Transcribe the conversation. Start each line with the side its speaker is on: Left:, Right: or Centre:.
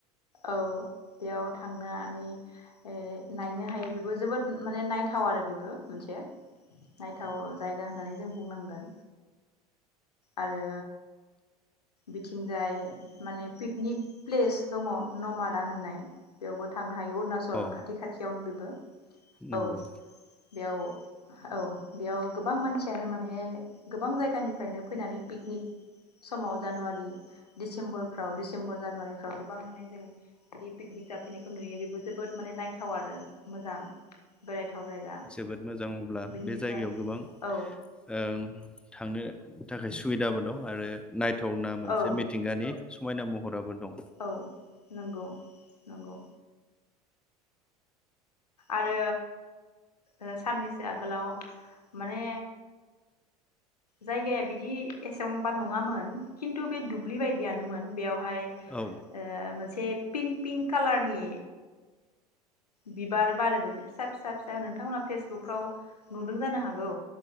Left: औ बेयाव थांनानै ओ नायनो हायो बेबो जोबोद माने नायथाव आरो बेबो मोनसे नायथाव जायगा होननानै जों बुंनांगोन आरो बिथिंजाय माने पिकनिक प्लेस दङ' नमादा होननाय बेयावबो थांनो हायो अुरुणाच बे
Centre: अ
Left: खाथियावनो बेबो
Centre: नंगौ
Left: औ बेयाव औ बेयाव गोबां मानसियानो माने गोबां जायगानिफ्रायनो फैनानै पिकनिक समाव जानुवारि डिसेम्बरफ्राव डिसेम्बर जानुवारिफ्राव गोबां माने जों बिदि पिकनिक जाफैनायखौ नुयो बेबो जोबोद नायथाव आरो मोजां बेरायथाव जायगा
Centre: जोबोद मोजां अब्ला
Left: बेनिफ्राय
Centre: बे जायगायाव गोबां
Left: औ
Centre: ओ थांनो थाखाय सुबिदाबो दं आरो नाय थावना मोनसे
Left: औ
Centre: मिथिंगानि समायना महराबो दं।
Left: औ नंगौ नंगौ आरो ओ साननैसो आगोलाव माने जायगाया बिदि एसेबां बा नङामोन खिनथु बे दुब्लि बायदियानोमोन बेयावहाय ओ
Centre: औ
Left: मोनसे पिंक पिंक कालारनि बिबार बारोबो जि फिसा फिसा फिसा नोंथांमोनहा फेसबुकफ्राव नुदों जानो हागौ